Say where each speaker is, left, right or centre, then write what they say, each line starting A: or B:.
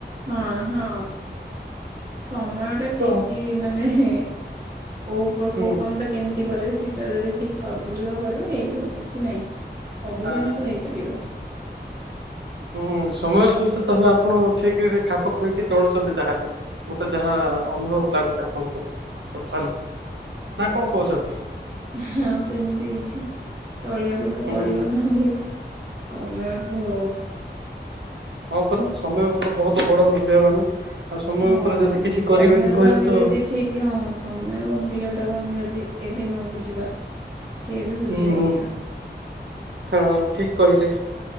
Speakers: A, on the right; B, on the right.
A: ହଁ ହଁ ସମୟ ଟା
B: ତ
A: ଠିକି। ମାନେ ହେ କୋଉ
B: ହୁଁ
A: କୋଉ କାମଟା। କେମିତି କରିବେ ସେଇଟା ଯଦି ଠିକ ସଦୁପଯୋଗ କରିବେ ହେଇଯିବ କିଛି ନାହିଁ। ସବୁ
B: ଆ
A: ଜିନିଷ ହେଇପାରିବ।
B: ହୁଁ ସମୟ ସହିତ ତାହେଲେ ଆପଣ ଠିକ ଖାପ ଖୁଇକି ଚଳୁଛନ୍ତି ତାହେଲେ। ମତେ ଯାହା ଅନୁଭବ ଲାଗୁଛି ଆପଣଙ୍କ କଥାରୁ। ନା କଣ କହୁଛନ୍ତି
A: ହଁ ସେମିତି କିଛି ଚଳିବାକୁ ତ
B: ହୁଁ
A: ପଡିବ ନହେଲେ। ସମୟଠୁ।
B: ହପରା ସମୟକୁତ ବହୁତ ବଡ ମୂଲ୍ୟବାନ। ଆଉ ସମୟ
A: ହଁ
B: ଉପରେ ଯଦି କିଛି
A: ସମୟକୁ
B: କରିବେନି କହିଲେ
A: ଆମେ
B: ତ
A: ଯଦି ଠିକ। କି ହଁ ସମୟ ମୂଲ୍ୟଟାକୁ ଆମେ ଯଦି ଏବେ ନ ବୁଝିବା ସିଏ ବି ବୁଝିବନି
B: ହୁଁ ହୁଁ
A: ଆ
B: ହଁ ଠିକ କହିଲେ।